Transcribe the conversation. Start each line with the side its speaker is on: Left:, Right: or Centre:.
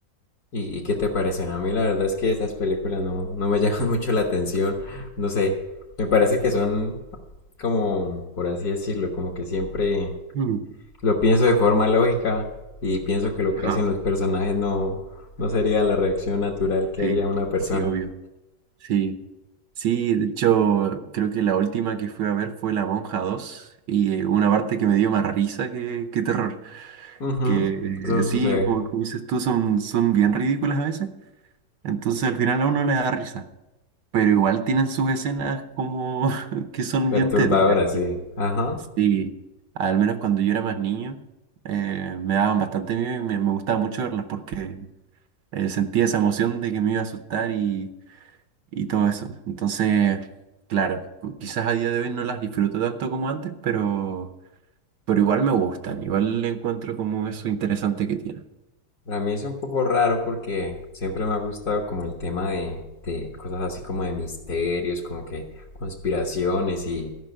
Left: ¿Y, y qué te parecen? A mí la verdad es que esas películas no, no me llaman <laughs> mucho la atención, no sé, me parece que son como, por así decirlo, como que siempre
Right: Mm,
Left: Lo pienso de forma lógica y pienso que lo que
Right: Ajá,
Left: hacen los personajes no, no sería la reacción natural que
Right: sí,
Left: haría una persona.
Right: sí, obvio. Sí. Sí, de hecho, creo que la última que fui a ver fue La Monja dos y eh, una parte que me dio más risa que, que terror.
Left: Ujú,
Right: Que
Left: Eso
Right: eh, sí,
Left: sucede.
Right: como, como dices tú, son, son bien ridículas a veces. Entonces al final a uno le da risa. Pero igual tienen sus escenas como <laughs> que son
Left: Perturbadora,
Right: bien tétricas.
Left: sí.
Right: Y
Left: Ajá.
Right: sí, al menos cuando yo era más niño, eh, me daban bastante miedo y me, me gustaba mucho verlas porque eh, sentía esa emoción de que me iba a asustar y y todo eso. Entonces, claro, cu- quizás a día de hoy no las disfruto tanto como antes, pero, pero igual me gustan, igual le encuentro como eso interesante que tiene, un
Left: Para mí es un poco raro porque siempre me ha gustado como el tema de, de cosas así como de misterios, como que conspiraciones y,